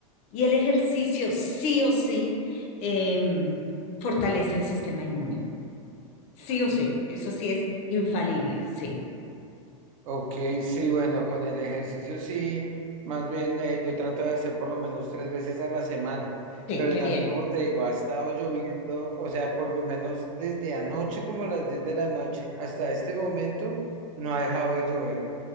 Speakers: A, on the left; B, on the right.
A: Y el ejercicio sí o sí em, fortalece el sistema inmune. Sí
B: razón.
A: o sí, eso sí es infalible, sí.
B: Ok, sí, bueno, con el ejercicio sí, más bien eh, yo trato de hacer por lo menos tres veces a la semana,
A: Sí,
B: pero
A: qué
B: también
A: bien.
B: como te digo, ha estado lloviendo, o sea, por lo menos desde anoche como a las 10 de la noche hasta este momento no ha dejado de llover,